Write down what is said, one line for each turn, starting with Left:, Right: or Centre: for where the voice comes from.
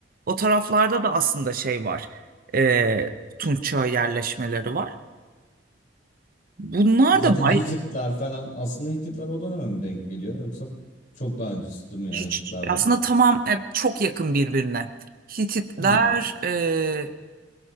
Right: O taraflarda da aslında şey var. E, Tunçöy yerleşmeleri var. Bunlar
Left: Zaten
Right: da bay
Left: Hititler falan aslında Hititler o döneme mi denk geliyor yoksa çok daha öncesi değil mi ya
Right: hiç
Left: Hititlerden?
Right: aslında tamam hep çok yakın birbirine. Hititler
Left: Hmm.
Right: e,